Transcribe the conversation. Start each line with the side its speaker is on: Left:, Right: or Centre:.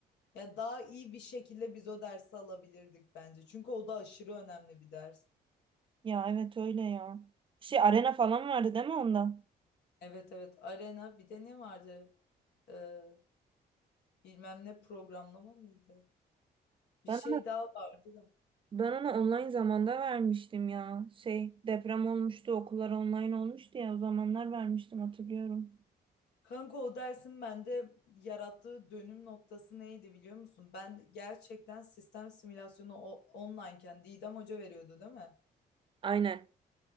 Left: Ya daha iyi bir şekilde biz o dersi alabilirdik bence. Çünkü o da aşırı önemli bir ders.
Right: Ya evet öyle ya. Şey arena falan vardı değil mi onda?
Left: Evet evet. Arena bir de ne vardı? Ee, bilmem ne programlama mıydı? Bir
Right: Ben
Left: şey daha vardı da.
Right: ben ona online zamanda vermiştim ya. Şey deprem olmuştu, okullar online olmuştu ya o zamanlar vermiştim hatırlıyorum.
Left: Kanka o dersin bende yarattığı dönüm noktası neydi biliyor musun? Ben gerçekten sistem simülasyonu o- online'ken Didem Hoca veriyordu değil mi?
Right: Aynen.